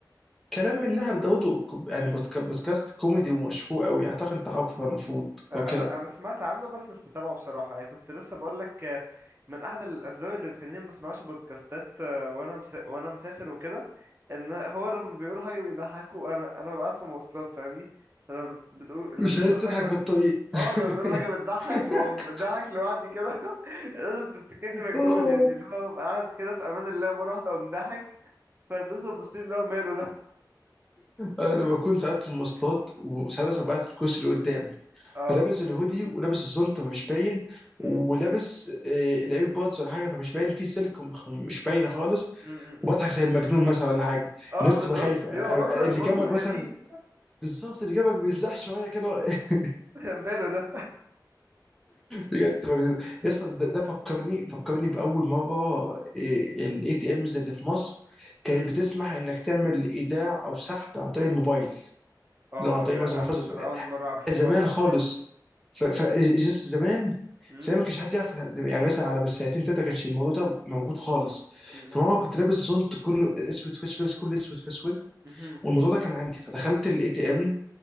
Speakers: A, in the centre; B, on the right (about 30°).
A: كلام من لهب ده برضه ك- يعني بودكا- بودكاست كوميدي ومشهور قوي يعني اعتقد انت عارفه بقى المفروض
B: انا
A: لو كده
B: انا سمعت عنه بس مش بتابعه بصراحه يعني كنت لسه بقول لك آه، من احد الاسباب اللي بتخليني ما بسمعش بودكاستات آه، وانا مس... وانا مسافر وكده ان هو لما بيقول حاجه بيضحكوا انا انا ببقى قاعد في مواصلات فاهمني فلما بت... بتقول
A: مش
B: لما بيقولوا
A: عايز تضحك
B: حاجه بت...
A: في الطريق <laughs>
B: اه لما بيقولوا حاجه بتضحك بقوم بضحك لوحدي كده <laughs> لازم تفتكرني مجنون
A: آه.
B: يعني اللي هو ببقى قاعد كده في امان الله مره واحده اقوم ضاحك فالناس بتبص لي اللي هو ماله ده
A: انا بكون ساعات في المواصلات وساعات مثلا بقعد في الكرسي اللي قدام
B: <laughs> اه
A: فلابس الهودي ولابس الزنطة فمش باين
B: م-
A: ولابس آه، الاير بودز ولا حاجة فمش باين في سلك ومخ- مش باينة خالص
B: م- م-
A: وبضحك
B: م.
A: زي المجنون مثلا ولا حاجة
B: اه
A: الناس
B: بالظبط
A: تبقى خايفة
B: بيبقى
A: يعني
B: منظر
A: اللي
B: منظر
A: جنبك
B: غريب
A: مثلا بالظبط اللي جنبك بيزحش شوية كده <laughs>
B: <laughs> ماله ده
A: بجد بجد. يا اسطى ده ده فكرني فكرني باول مره الاي تي امز اللي في مصر كانت
B: امم
A: بتسمح انك تعمل ايداع او سحب عن طريق الموبايل
B: اه
A: لو عن طريق
B: ده
A: مثلا
B: انا
A: محفظه
B: انا اول مره اعرف
A: زمان
B: الحوار ده
A: خالص ف ف جس- زمان
B: امم
A: زي ما كانش حد يعرف يعني مثلا على من سنتين تلاته كانش الموضوع ده موجود خالص
B: امم
A: فماما
B: امم
A: كنت لابس زونت كله اسود في اسود لابس كله اسود في اسود
B: امم امم.
A: والموضوع ده كان عندي فدخلت الاي تي ام